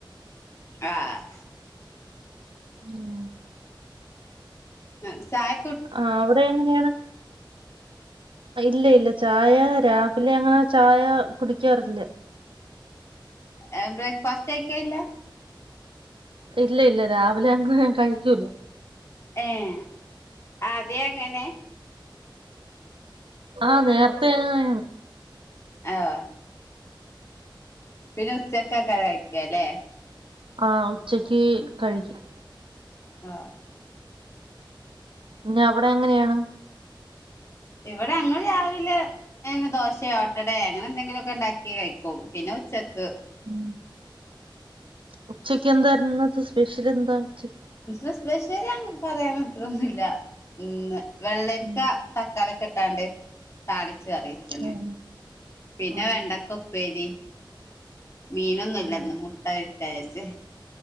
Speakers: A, on the left; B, on the right.
A: ആഹ്
B: ആഹ്
A: ഉം ചായ്
B: ആഹ് അവ്ടെങ്ങനെയാണ് ഇല്ലല്ല്യാചായ രാവിലെങ്ങനെ ചായ കുടിക്കാറില്ല
A: ഏഹ് ബ്രേക്ക്ഫാസ്റ്റയ്ക്കേല്ലാ
B: ഇല്ല ഇല്ല രാവിലെങ്ങനെ ഞാൻ കഴിക്കൂല
A: ഏഹ് ആദ്യേ അങ്ങെനെ
B: ആഹ് നേര്ത്തേങ്ങെനേണ്
A: എവോ പിന്നെ ഉച്ചക്കാകാരം കഴിക്കലേ
B: ആഹ് ഉച്ചയ്ക്ക് കഴിക്കും
A: ആഹ്
B: പിന്നെ അവ്ടെങ്ങനെയാണ്
A: ഇവിടങ്ങൾ രാവിലെ ഏന്ന് ദോശെ ഓട്ടടേങ്ങനെന്തെങ്കിലൊക്കെ ണ്ടാക്കി കഴിക്കും പിന്നെ ഉച്ചക്ക്
B: ഉം ഉച്ചെക്കെന്തായ്ര്ന്നു ഇന്നത്തെ സ്പെഷ്യലെന്താ ഉച്ചക്ക്
A: ന്ന് സ്പെഷ്യലങ്ങ് പറ്യാനത്രൊന്നുല്ല ഇന്ന് വെള്ളെര്ക്ക
B: ഉം.
A: തക്കാളിക്കെട്ടാണ്ട് താളിച്ച് കറിവെച്ച്ണ്
B: ഉം.
A: പിന്നെ
B: ആ
A: വെണ്ടക്കൊ ഉപ്പേരി മീനൊന്നും ഇല്ല
B: ആ
A: ഇന്ന് മുട്ട പൊരിക്ക വിചാരിച്ച്